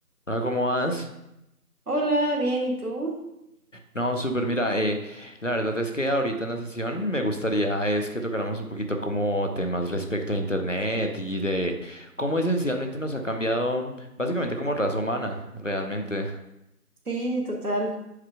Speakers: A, on the left (about 55°); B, on the right (about 70°).
A: Hola, ¿cómo vas?
B: Hola, bien, ¿y tú?
A: No, súper, mira, eh, la verdad es que ahorita en la sesión me gustaría es que tocáramos un poquito como temas respecto a Internet y de cómo esencialmente nos ha cambiado básicamente como raza humana, realmente.
B: Sí, total.